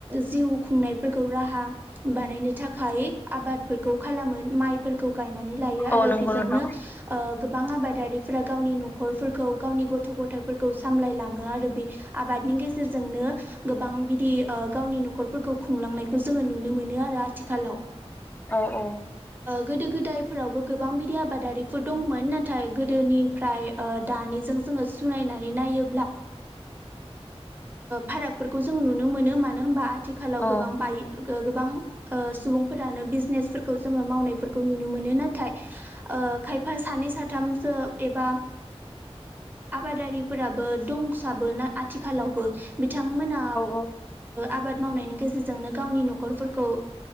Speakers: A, on the right (about 15°); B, on the left (about 15°).
A: जिउ खुंनायफोरखौ राहा बानायनो थाखाय आबादफोरखौ खालामो माइफोरखौ गायनानै लायो आरो
B: औ नंगौ
A: बेजोंनो
B: नोंथां
A: ओ गोबां आबादारिफोरा गावनि न'खरफोरखौ गावनि गथ' गथाय फोरखौ सामलायलाङो आरो बे आबादनि गेजेरजोंनो गोबां बिदि गावनि ओ न'खरफोरखौ खुंलांनायखौ जोङो नुनो मोनो आरो आथिखालाव।
B: औ औ
A: गोदो गोदायफोरावबो गोबां बिदि आबादारिफोर दंमोन नाथाय गोदोनिफ्राय दानिजों जोङो सुनायनानै नाय फारागफोरखौ जों नुनो मोनो मानो होनबा आथिखालाव
B: औ
A: गोबां बाइक गोबां सुबुंफोरानो बिजनेसफोरखौ जोङो मावनायफोरखौ नुनो मोनो ना ाथाय खायफा सानै साथामसो एबा आबादारिफोराबो दंसाबो ना आथिखालावबो बिथांमोना
B: औ
A: आबाद मावनायनि गेजेरजोंनो गावनि न'खरफोरखौ